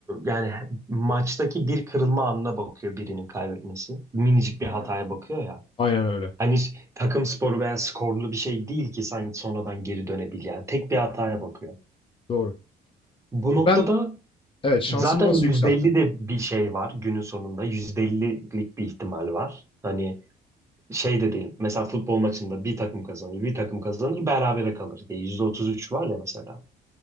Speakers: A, on the right; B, on the left.
A: yani maçtaki bir kırılma anına bakıyor birinin kaybetmesi. Minicik bir hataya
B: Aynen öyle.
A: bakıyor ya.
B: Aynen öyle.
A: Hani hiç takım sporu veya skorlu bir şey değil ki sanki sonradan geri dönebilen. Tek bir hataya bakıyor.
B: Doğru.
A: Bu noktada
B: Ben evet şansımı
A: Zaten
B: nasıl
A: %50
B: yükselttim?
A: de bir şey var günün sonunda. %50'lik bir ihtimal var. Hani şey de değil. Mesela futbol maçında bir takım kazanır, bir takım kazanır, berabere kalır diye. yüzde otuz üç var ya mesela.